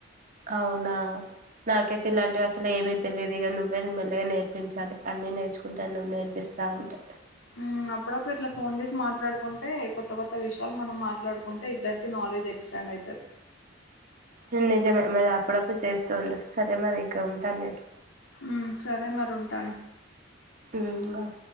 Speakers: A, on the right; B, on the left.
A: అవునా నాకైతే ఇలాంటివి అసలు ఏమీ తెలియదు. ఇగ నువ్వే మెల్లగా నేర్పించాలి అన్నీ నేర్చుకుంటా నువ్వు నేర్పిస్తా అంటే.
B: హ్మ్ అప్పుడప్పుడు ఇట్లా ఫోన్ చేసి మాట్లాడుకున్ టే కొత్త కొత్త విషయాలు మనం మాట్ మాట్లాడుకుంటే ఇద్దరికి నాలెడ్జ్ ఎక్స్పాండ్ అయితది.
A: నేన్ నిజమే మరి అప్పుడప్పుడు చేస్తూండు సరే మరి ఇక ఉంటాను నేను.
B: హు సరే మరి ఉంటాను
A: ఉమ్ బాయ్